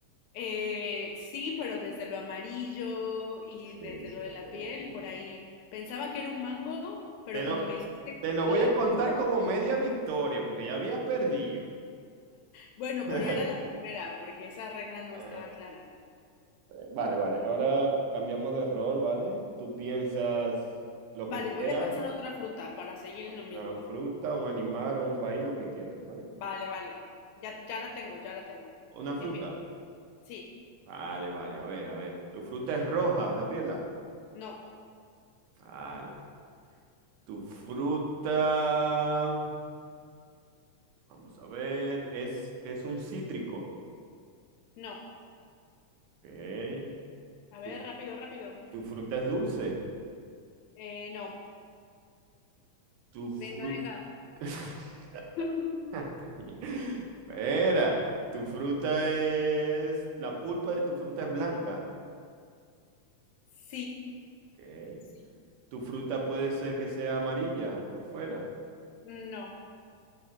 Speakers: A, on the left; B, on the right.
A: eh, sí, pero desde lo amarillo y
B: Sí,
A: desde lo de la
B: sí,
A: piel,
B: sí.
A: por ahí pensaba que era un mango, pero
B: Te lo,
A: cuando me dijiste
B: te lo
A: lo
B: voy
A: del
B: a contar
A: hueso,
B: como media victoria, porque ya habías perdido.
A: bueno,
B: <laughs>
A: pero era la primera, porque esa regla no
B: Ah,
A: estaba clara.
B: vale, vale, vale. Ahora cambiamos de rol, ¿vale? Tú piensas lo
A: Vale,
B: que quieras,
A: voy a pensar otra fruta para seguir en lo mismo.
B: una fruta, un animal o un país, lo que quieras, ¿vale?
A: Vale, vale. Ya, ya la tengo, ya la tengo.
B: Una
A: Empieza.
B: fruta.
A: Sí,
B: Vale, vale, a ver, a ver. Tu fruta es roja, Gabriela.
A: no,
B: Vale. Tu fruta, vamos a ver, es, es un cítrico.
A: no.
B: Ok.
A: A
B: Tu,
A: ver, rápido, rápido.
B: tu fruta es dulce.
A: Eh, no.
B: Tu fruta...
A: Venga, venga.
B: <laughs>
A: <laughs>
B: <laughs> Espera, tu fruta es, la pulpa de tu fruta es blanca.
A: Sí,
B: Ok.
A: sí,
B: Tu fruta puede ser que sea amarilla por fuera.
A: no,